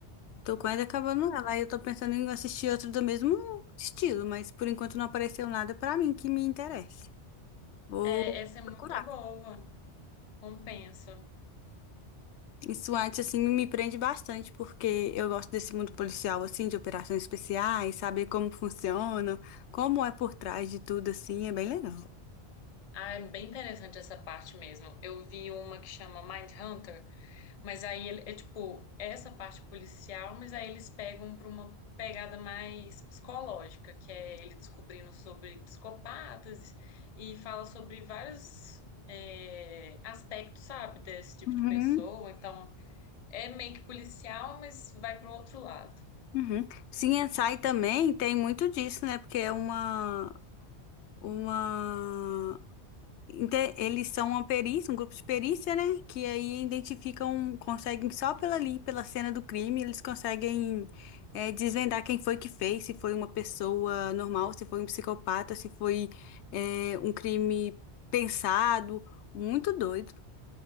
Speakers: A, on the left; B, on the left.
A: Tô quase acabando ela. e eu tô pensando em assistir outro do mesmo estilo, mas por enquanto não apareceu nada pra mim que me interesse. Vou
B: É, essa é
A: procurar.
B: muito boa, compensa.
A: Isso antes, assim, me prende bastante, porque eu gosto desse mundo policial, assim, de operações especiais, saber como funciona, como é por trás de tudo, assim, é bem legal.
B: Ah, é bem interessante essa parte mesmo. Eu vi uma que chama Mindhunter. Mas aí ele- é tipo é essa parte policial, mas aí eles pegam para uma pegada mais psicológica, que é ele descobrindo sobre psicopatas e fala sobre vários é, aspectos, sabe, desse tipo
A: Uhum,
B: de pessoa. Então é meio que policial, mas vai para o outro lado.
A: uhum. CSI também tem muito disso, né? Porque é uma, uma inte- Eles são uma perícia, um grupo de perícia, né? Que aí identificam, conseguem só pela ali, pela cena do crime, eles conseguem é, desvendar quem foi que fez, se foi uma pessoa normal, se foi um psicopata, se foi é, um crime pensado. Muito doido.